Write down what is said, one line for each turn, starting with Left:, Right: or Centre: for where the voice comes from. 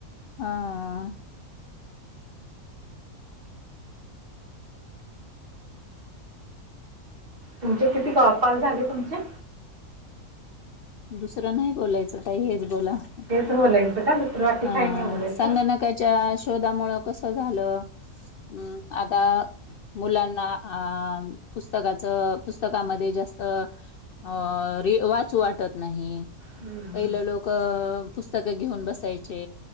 Left: हा
Right: तुमचे किती का कॉल झाले तुमचे.
Left: दुसरं नाही बोलायचं ताई हेच बोला ह
Right: हेच बोलायचं का दुसरं बाकी
Left: अ
Right: काही नाही बोलायचं?
Left: संगणकाच्या शोधामुळे कस कस झाल म आता मुलाना आ पुस्तकाच पुस्तकामध्ये जास्त अ रि अ वाचू वाटत नाही
Right: हम्म हम्म.
Left: पहिले लोक अ पुस्तक घेऊन बसायचे